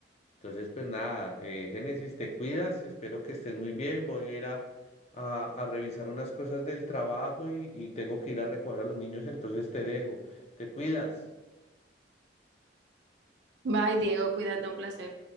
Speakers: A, on the left; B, on the right.
A: Entonces, pues nada, eh, Génesis, te cuidas, espero que estés muy bien, voy a ir a, a- a revisar unas cosas del trabajo y, y tengo que ir a recoger a los niños, entonces te dejo, te cuidas.
B: Bye, Diego, cuídate, un placer.